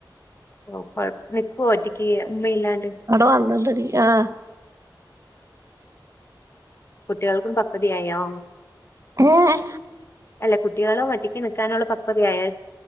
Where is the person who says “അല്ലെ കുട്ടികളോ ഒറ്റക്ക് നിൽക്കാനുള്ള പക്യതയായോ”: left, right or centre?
Left